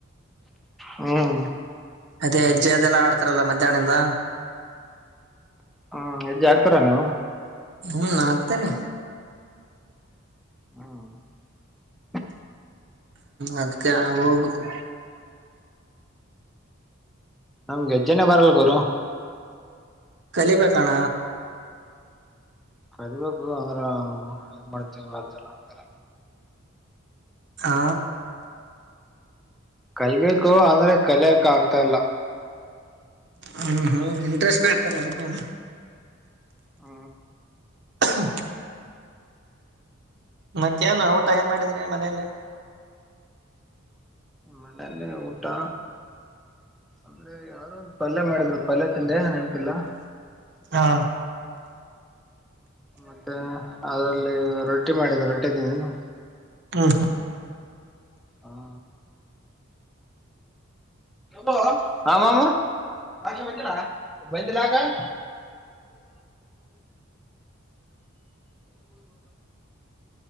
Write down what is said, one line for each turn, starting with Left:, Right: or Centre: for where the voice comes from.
Centre: ಹ್ಮ್
Right: ಅದೇ ಹೆಜ್ಜೆ ಅದೆಲ್ಲ ಆಡ್ತಾರಲ್ಲ ಮ. ಜಾಣಿಂದ.
Centre: ಹ್ಮ್ ಹೆಜ್ಜೆ ಹಾಕ್ತಾರೆ ನೀವು
Right: ಹ್ಮ್ ಹಾಕ್ತೀನಿ
Centre: ಹ್ಮ.
Right: ಅದಕ್ಕೆ ಹೋಗಬೇಕು
Centre: ನಮ್ಗೆ ಹೆಜ್ಜನೆೇ ಬರಲ್ ಗುರು.
Right: ಕಲಿಬೇಕಣ.
Centre: ಕಲಿಬೇಕು ಅಂದ್ರ ಏನ್ ಮಾಡ ತಿಂಗಗಳ ಅತಲ್ಲ.
Right: ಹಾ,
Centre: ಕಲಿಬೇಕು ಅಂದ್ರೆ ಕಲಿಯಕ್ ಆಗ್ತಾ ಇಲ್ಲ.
Right: ಹಾ ಹಾ ಇಂಟ್ರೆಸ್ಟ್ನ ಆಕಲ್ಲ ಅಡ್ಕೊ.
Centre: ಹ್ಮ,
Right: ಹ. ಮತ್ತೇನ ಊಟ ಏನ್ ಮಾಡಿದ್ರೆ ಮನೇೆಯಲ್ಲಿ.
Centre: ಮನೆಲ್ಲಿ ಎಲ್ಲ ಊಟಾ. ಅಂದ್ರೆ ಯಾರು ಒ ಪಲ್ಯ ಮಾಡಿದ್ರು ಪಲ್ಯ ತಿಂದೆ. ಗೊತ್ತಿಲ್ಲ
Right: ಹಾ
Centre: ಮತ್ತೆ ಅದ್ರಲ್ಲಿ ರೊಟ್ಟಿ ಮಾಡಿದ ರೊಟ್ಟಿದ್ದೀನಿ
Right: ಹ್ಮ್
Centre: ಹಾ ಹ ಆಮಾಮ ಬಂದಿಲ್ಲ ಯಾಕ